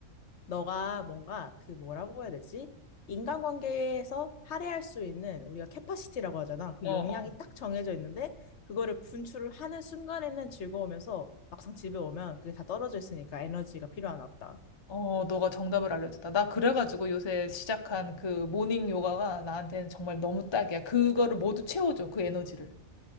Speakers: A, on the left; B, on the left.
A: 너가 뭔가 그 뭐라고 해야 되지? 인간관계에서 할애할 수 있는 우리가 캐파시티라고 하잖아. 그
B: 어,
A: 용량이
B: 어.
A: 딱 정해져 있는데 그거를 분출을 하는 순간에는 즐거우면서 막상 집에 오면 그게 다 떨어져 있으니까 에너지가 필요하나 보다.
B: 어, 너가 정답을 알려줬다. 나 그래가지고 요새 시작한 그 모닝 요가가 나한테는 정말 너무 딱이야. 그거를 모두 채워줘, 그 에너지를.